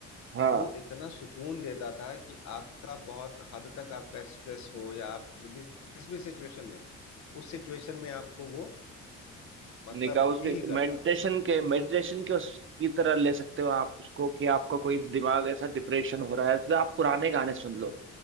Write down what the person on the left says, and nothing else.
वो इतना सुकून देता था कि आपका बहुत हद तक आपका स्ट्रेस हो या आप जि- जिस भी सिचुएशन में हो उस सिचुएशन में आपको वो मतलब
हील करता
था